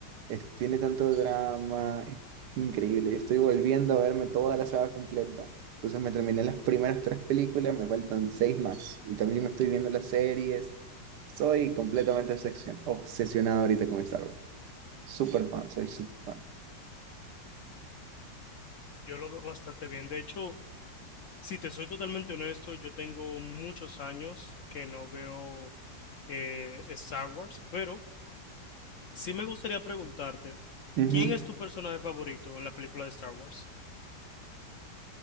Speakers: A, on the right; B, on the left.
A: Es- tiene tanto drama, es increíble. Estoy volviendo a verme toda la saga completa. Entonces me terminé las primeras tres películas, me faltan seis más. Y también me estoy viendo las series. Soy completamente obsesión- obsesionado ahorita con Star Wars. Súper fan, soy súper fan.
B: Yo lo veo bastante bien. De hecho, si te soy totalmente honesto, yo tengo muchos años que no veo eh, Star Wars, pero sí me gustaría preguntarte,
A: Ujú.
B: ¿quién es tu personaje favorito en la película de Star Wars?